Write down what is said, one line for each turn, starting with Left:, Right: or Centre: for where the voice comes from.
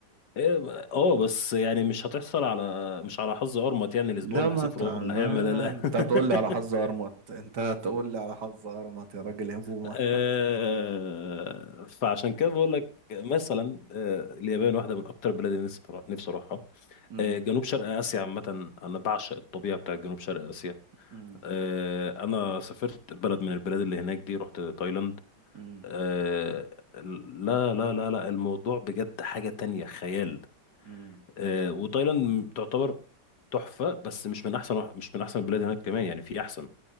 Left: اه آه، بس يعني مش هتحصل على مش على حظ أرمط يعني الأسبوع
Right: لا
Left: اللي
Right: ما
Left: هسافره
Right: انت آه،
Left: هو اللي هيعمل لا
Right: انت هتقول لي
Left: <laughs>
Right: على حظ ارمط انت هتقول لي على حظ ارمط يا راجل يا بومة
Left: آه، فعشان كده بقول لك مثلا آه، اليابان واحدة من أكتر البلاد اللي نفسي برا- نفسي أروحها
Right: امم
Left: آه، جنوب شرق آسيا عامة أنا بعشق الطبيعة بتاعت جنوب شرق آسيا
Right: امم
Left: آه، أنا سافرت بلد من البلاد اللي هناك دي رحت تايلاند
Right: امم
Left: آه لا لا لا لا الموضوع بجد حاجة تانية خيال
Right: امم
Left: آه وتايلاند تعتبر تحفة بس مش من أحسن مش من أحسن البلاد هناك كمان يعني في أحسن